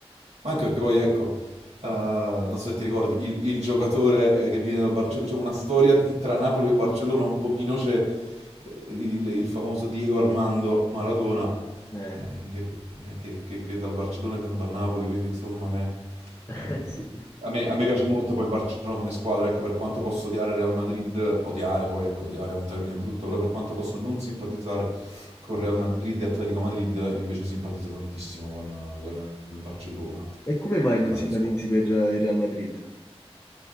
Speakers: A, on the right; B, on the left.
A: Ma anche perché poi, ecco, eh, non so se ti ricordi, il, il giocatore eh, che viene dal Barcellona, c'è una storia di- tra Napoli e Barcellona un pochino c'è, eh, il, il famoso Diego Armando Maradona,
B: Eh,
A: eh, che, che- che- che dal Barcellona è venuto a Napoli, quindi insomma me-
B: <laughs>
A: eh,
B: sì.
A: a me, a me piace molto poi il Barcellona come squadra, ecco per quanto posso odiare Real Madrid, odiare poi, ecco odiare è un termine brutto, però per quanto posso non simpatizzare con Real Madrid e Atletico Madrid, invece simpatizzo tantissimo con, con il Barcellona,
B: E come mai
A: grande
B: non si ipotizzi
A: squadra.
B: per eh, il Real Madrid?